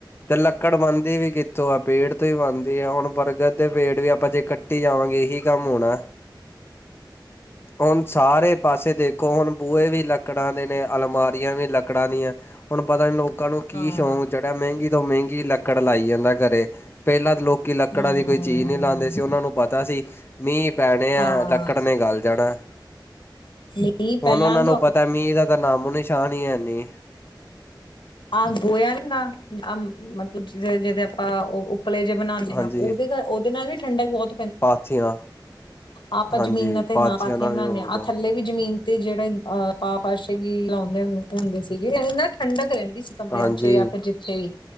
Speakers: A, on the left; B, on the left.
A: ਤੇ ਲੱਕੜ ਬੰਨਦੀ ਵੀ ਕਿੱਥੋਂ ਆ ਪੇੜ ਤੋਂ ਹੀ ਬਣਦੀ ਆ ਹੁਨ ਬਰਗਦ ਦੇ ਪੇੜ ਵੀ ਆਪਾਂ ਜੇ ਕ ਟੀ ਜਾਵਾਂਗੇ ਏਹੀ ਕੰਮ ਹੋਣਾ।
B: <inaudible>
A: ਹੁਨ ਸਾਰੇ ਪਾਸੇ ਦੇਖੋ ਹੁਨ ਬੂਹੇ ਵੀ ਲੱਕੜਾਂ ਦੇ ਨੇ ਅਲਮਾਰੀਆਂ ਵੀ ਲੱ ਕੜਾ ਦੀਆਂ ਆ ਹੁਨ ਪਤਾ ਨੀ ਲੋਕਾਂ ਨੂੰ ਕੀ
B: ਹਾਂ
A: ਸ਼ੌਂ ਚੜਿਆ ਮੈਂਗੀ ਤੋਂ ਮੈਂਗੀ ਲੱਕੜ ਲਾਈ ਜਾਂਦਾ ਘਰੇ ਪੈਲਾਂ ਤਾਂ ਲੋਕੀ ਲੱਕੜਾਂ
B: ਹਮ
A: ਦੀ ਕੋਈ ਜੀ ਨੀ ਲਾਂਦੇ ਸੀ ਉਨਾਂ ਨੂੰ ਪਤਾ ਸੀ। ਮੀਂਹ ਪੈਣੇ ਆ
B: ਹਾਂ
A: ਲੱਕੜ ਨੇ ਗਲ ਜਾਣਾ
B: ਨਹੀਂ
A: ਹੁਨ
B: ਪਹਿਲਾਂ
A: ਉਨਾਂ ਨੂੰ
B: ਤਾਂ
A: ਪ ਐ ਮੀਂ ਦਾ ਤਾਂ ਨਾਮੋ ਨਿਸ਼ਾਨ ਈ ਐਨੀ।
B: ਆ ਗੋਆ ਏ ਨਾ ਆ ਮਤਲਬ ਜ ਜਿਦੇ ਆਪਾਂ ਔ ਪਲੇ ਜੇ ਬਣਾਂਨੇ
A: ਹਾਂਜੀ
B: ਆ ਉਦੇ ਨਾ ਉਦੇ ਨਾਲ ਵੀ ਠੰਡਕ ਬੋਤ
A: ਪਾਥੀਆਂ।
B: ਆਪਾਂ
A: ਹਾਂਜੀ
B: ਜਮੀਨਾਂ ਤੇ ਹਾਂ ਪਾਥੀਆਂ
A: ਨਾਲ
B: ਬਣਾਨੇ
A: ਵੀ ਉਹਦਾ
B: ਆ। ਆ ਥੱਲੇ ਵੀ ਜ਼ਮੀਨ ਤੇ ਜਿੜੇ ਅ ਪਾ ਪਾਸ਼ੇ ਵੀ ਲਾਂਉਦੇ ਹੁੰਦੇ ਸੀਗੇ ਏਦੇ ਨਾਲ ਠੰਡਕ ਰੈਂਦੀ ਸੀ। ਕਮਰਿਆਂ
A: ਹਾਂਜੀ
B: 'ਚੋ ਯਾਂ ਫੇਰ ਜਿੱਥੇ ਵੀ